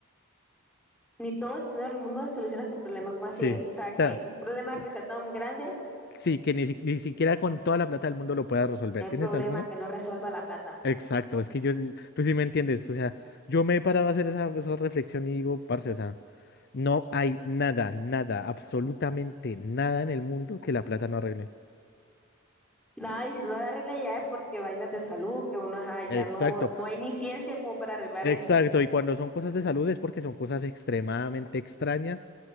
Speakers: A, in the centre; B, on the left.
A: ni todo el dinero del mundo soluciona este problema, como así?
B: Sí.
A: O sea,
B: O
A: que
B: sea,
A: un problema
B: s-
A: que sea tan grande,
B: sí, que ni, si- ni siquiera con toda la plata del mundo lo puedas resolver.
A: no hay
B: ¿Tienes
A: problema
B: alguno?
A: que no resuelva la plata.
B: Exacto, es que yo, sí- tú sí me entiendes. O sea, yo me he parado a hacer esa, esa reflexión y digo, parce, o sea, no hay nada, nada, absolutamente nada en el mundo que la plata no arregle.
A: Nada, y si no la arregla ya es porque vainas de salud, que uno, ajá, ya
B: Exacto.
A: no, no hay ni ciencia como para arreglar
B: Exacto,
A: eso.
B: y cuando son cosas de salud es porque son cosas extremadamente extrañas